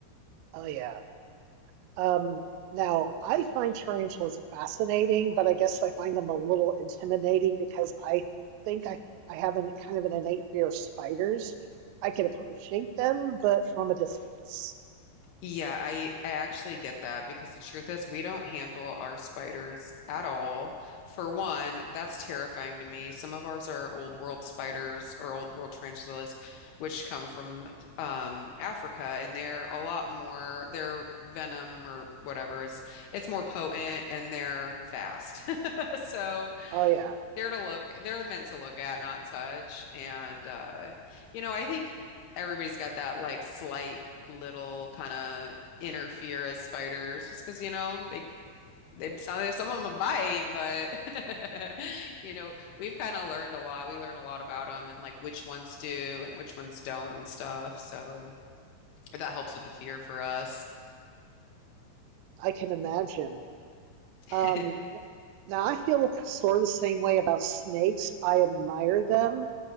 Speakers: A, on the right; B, on the left.
A: Oh, yeah. Um, now, I find tarantulas fascinating, but I guess I find them a little intimidating because I think I, I have an kind of an innate fear of spiders. I can appreciate them, but from a distance.
B: Yeah, I I actually get that because the truth is we don't handle our spiders at all. For one, that's terrifying to me. Some of ours are old world spiders or old world tarantulas, which come from um, Africa, and they're a lot more. Their venom or whatever is it's more potent and they're fast. <laughs> So
A: Oh, yeah,
B: they're to look, they're meant to look at, not touch. And uh, you know, I think everybody's got that like slight little kind of inner fear as spiders, just because, you know, they they some some of them bite, but <laughs> you know, we've kind of learned a lot. We learn a lot about them and like which ones do and which ones don't and stuff. So that helps with the fear for us.
A: I can imagine.
B: <laughs>
A: Um, now, I feel sort of the same way about snakes. I admire them,